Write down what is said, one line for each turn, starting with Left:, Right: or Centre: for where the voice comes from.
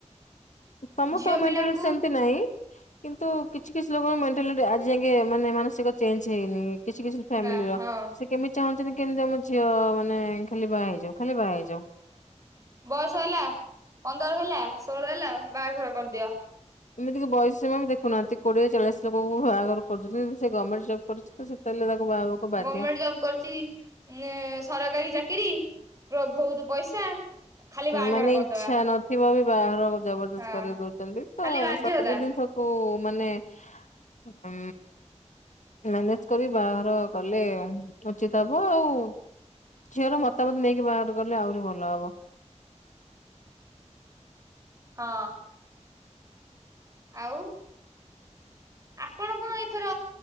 Left: ସମସ୍ତଙ୍କ
Right: ଝିଅ
Left: ମେଣ୍ଟାଲିଟି
Right: ପିଲାଙ୍କୁ
Left: ସେମତି ନାହିଁ କିନ୍ତୁ କି କିଛି ଲୋକଙ୍କ ମେଣ୍ଟାଲି ଆଜି ଯେ ମାନେ ମାନସିକ ଚେଞ୍ଜ ହେଇନି। କିଛି କିଛି ଫ୍ୟାମିଲି
Right: ନା
Left: ର
Right: ହଁ
Left: ସେ କେମିତି ଚାହୁଁଛନ୍ତି। କେନ୍ ଝିଅ ମାନେ ଖାଲି ବାହା ହେଇଯାଉ ଖାଲି ବାହା ହେଇଯାଉ।
Right: ବୟସ ହେଲା ପନ୍ଦର ହେଲା ଷୋହଳ ହେଲା ବାହାଘର କରିଦିଅ।
Left: ଏମିତିକ ବୟସୀ ବି ଦେଖୁନାହାନ୍ତି କୋଡିଏ ଚାଳିଶ ଲୋକଙ୍କୁ ବାହାଘର କରୁଛନ୍ତି ସେ ଗଭର୍ଣମେଣ୍ଟ ଜବ୍। କରୁଛି ତ ସେତେବେଳେ ତାକୁ ବାହାହବାକୁ ବାଧ୍ୟ
Right: ଗଭର୍ଣମେଣ୍ଟ ଜବ କରିଛି ଉ ସରକାରୀ ଚାକିରି ପ୍ର ବହୁତ ପଇସା। ଖାଲି ବାହାଘର
Left: ମାନେ ଇଚ୍ଛା
Right: କରିଦବା
Left: ନଥିବ ବି ବାହାର ଜବରଦସ୍ତ
Right: ହଁ
Left: କରେଇ ଦଉଛନ୍ତି ତ
Right: ଖାଲି ବାଧ୍ୟତା
Left: ସବୁ ଜିନିଷକୁ ମାନେ ଉ ମାନେଜ କରି ବାହାଘର କଲେ ଉଚିତ ହବ ଆଉ ଝିଅର ମତାମତ ନେଇକି ବାହାଘର କଲେ ଆହୁରି ଭଲ ହବ।
Right: ହଁ। ଆଉ ଆପଣ କଣ ଏଥର